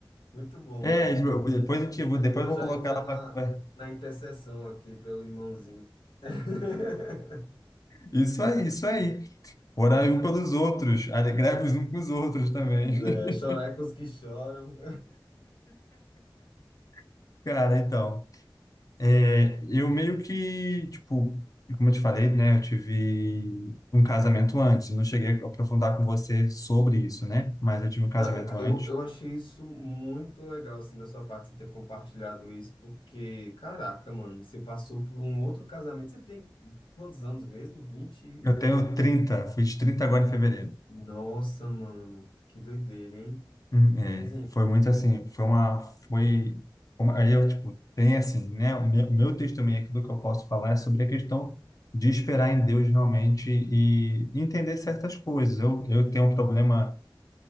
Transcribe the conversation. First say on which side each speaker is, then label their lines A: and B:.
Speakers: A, on the left; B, on the left.
A: Muito bom,
B: É,
A: mano.
B: tipo, depois a gente,
A: A irmã
B: depois eu
A: já
B: vou colocar
A: entra
B: ela
A: na,
B: para conversar.
A: na intercessão aqui pelo irmãozinho. <laughs>
B: Isso aí, isso aí. Orar
A: Tá certo.
B: um pelos outros, ali- greve os uns com os outros também.
A: É, chorar é com os que choram.
B: <laughs> Cara, então,
A: <laughs> Sim.
B: é, eu meio que, tipo, como eu te falei, né, eu tive um casamento antes, eu não cheguei a aprofundar com você sobre isso, né, mas eu tive um casamento
A: Ah,
B: antes.
A: Eu, eu achei isso muito legal, assim, da sua parte, você ter compartilhado isso, porque, caraca, mano, você passou por um outro casamento, você tem quantos anos mesmo? vinte e-
B: Eu tenho 30, fiz 30 agora em fevereiro.
A: Nossa, mano, que doideira, hein?
B: Hum, É,
A: Sim,
B: foi muito assim, foi uma, foi, uma- aí eu, tipo, tem assim, né, o meu, o meu testemunho aqui do que eu posso falar é sobre a questão de esperar em Deus realmente e entender certas coisas. Eu, eu tenho um problema